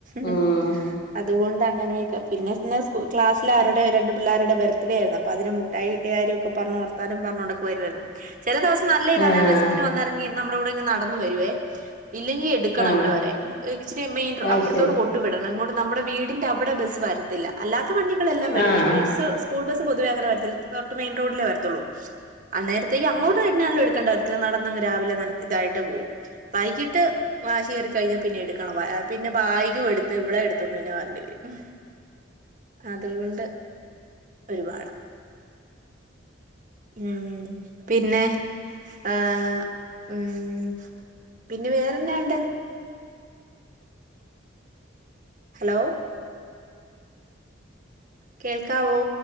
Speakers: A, on the right; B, on the left.
A: മ്
B: ഉം
A: അതുകൊണ്ട് അങ്ങനെയൊക്കെ പിന്നെന്ന് സ് ക്ലാസിലാരുടെ രണ്ട് പിള്ളേരുടെ ബർത്ത് ഡേ ആയിരുന്നു അപ്പോ അതിന് മുട്ടായി കിട്ടിയ കാര്യ പറഞ്ഞ് വർത്താനം പറഞൊണ്ടൊക്കെ വരുയി രുന്നു ചില ദിവസം നല്ല ഇതാണ്
B: ആഹ്
A: ബസിന് വന്നിറങ്ങി നമ്മുളെ കൂടെ ഇങ്ങു നടന്ന് വരുവേ ഇല്ലെങ്കി എടുക്കണം
B: ആഹ്
A: ഇവിടെ വരെ ഇച്ചിരി മെയിൻ
B: അത്
A: അപ്പുറത്തോട്
B: ശരി
A: കൊണ്ടു വിടണം ഇങ്ങോട്ട് നമ്മുടെ വീടിന്റെ ഇവിടെ ബസ് വരത്തില്ല അല്ലാത്ത വണ്ടികളെല്ലാം വരും
B: ആഹ്
A: പക്ഷെ
B: ആഹ്
A: ബസ് സ്കൂൾ ബസ് പൊതുവേ അങ്ങനെ വരത്തില്ല റോഡിലേ വരത്തുള്ളൂ അന്നേരത്തേക്ക് അങ്ങോട്ട് വരുന്നാള് എടുക്കണ്ട <unintelligible> നടന്നങ്ങ് രാവിലെ ഇതായിട്ട് പോകവും വൈകിട്ട് വാശി കയറി കഴിഞ്ഞാൽ പിന്നെ എടുക്കണം പിന്നെ ബാഗും എടുത്ത് ഇവളെ എടുത്തോണ്ടുന്നെ വരണം അതും കൊണ്ട് ഒരുപാട ഉം പിന്നെ ആ ഉം പിന്നെ വേറെന്നാ ണ്ട് ഹലോ കേൾക്കാവോ